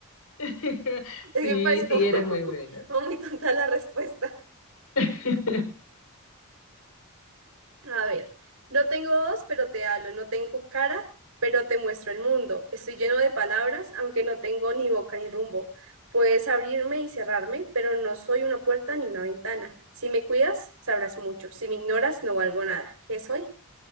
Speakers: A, on the left; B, on the right.
A: <laughs>
B: Es
A: sí,
B: que me parece como,
A: sí,
B: <laughs>
A: eres muy buena.
B: como muy tonta la respuesta.
A: <laughs>
B: A ver, no tengo voz, pero te hablo, no tengo cara, pero te muestro el mundo. Estoy lleno de palabras, aunque no tengo ni boca ni rumbo. Puedes abrirme y cerrarme, pero no soy una puerta ni una ventana. Si me cuidas, sabrás mucho. Si me ignoras, no valgo nada. ¿Qué soy?